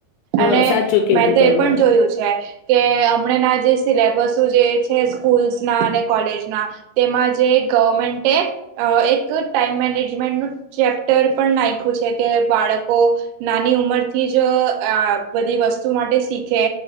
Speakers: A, on the left; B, on the right.
A: હા
B: અને
A: સાચું કીધું
B: મેં તો એ
A: તમે
B: પણ જોયું છે કે હમણાં ના જે સિલેબસો જે છે સ્કૂલ્સના અને કોલેજ ના તેમાં જે ગવર્મન્ટે એ અ એક ટાઈમ મેનેજમેન્ટ ચેપ્ટર પણ નાયખૂ છે કે બાળકો નાની ઉંમરથી જ બધી વસ્તુ‌ માટે શિખે